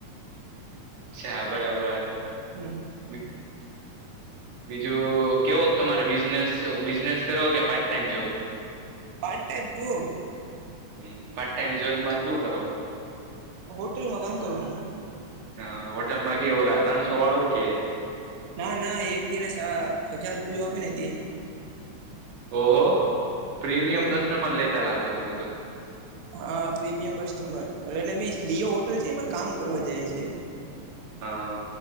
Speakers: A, on the right; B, on the right.
A: છે બરાબર.
B: હમ.
A: બી- બીજું કેવો તમારે બિઝનેસ બિઝનેસ કરો કે part time job?
B: Part time job.
A: હ પાર્ટ ટાઈમ જોબમાં શું કરો?
B: હોટેલમાં કામ કરવાનું.
A: હ હોટલમાં કે ઓલા ત્રણસો વાળું કે
B: ના ના એક દિને સા હજાર રૂપિયો આપે ને તે.
A: ઓહો પ્રીમિયમ
B: હમ
A: કસ્ટમર લેતા લાગો તમે તો.
B: હા પ્રીમિયમ કસ્ટમર એટલે એટલે અ લિયો હોટલ છે એ કામ કરવા જયા છીએ.
A: હા